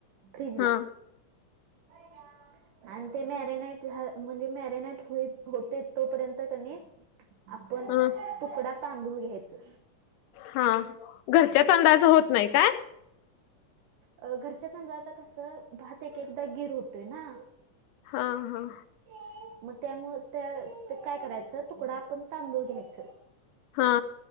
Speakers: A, on the right (about 80°); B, on the left (about 80°).
A: फ्रिजला.
B: हा
A: <inaudible> आणि ते मॅरीनाईट झा म्हणजे मॅरीनेट होई, होते तोपर्यंत, कनी. आपण
B: हा
A: तुकडा तांदूळ घ्यायचं.
B: हा. घरच्या तांदळाचं, होत नाही काय?
A: अ, घरच्या तांदळाचं कसं, भात एक- एकदा गिर होतोय ना.
B: हा, हा.
A: <inaudible> मग त्यामुळं त्या ते काय करायचं. तुकडा आपण तांदूळ घ्यायचं.
B: हा.